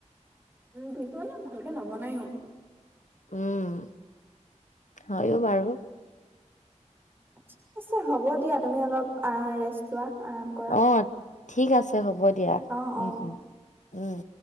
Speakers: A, on the right; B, on the left.
A: উম কিছুমানে ভালকে নবনায়ো
B: উম হয় ও বাৰু
A: ঠিক আছে হ'ব দিয়া তুমি অলপ ৰেষ্ট লোৱা আৰাম কৰা
B: অ ঠিক আছে আছে হ'ব দিয়া
A: অ
B: উম
A: অ
B: উম উম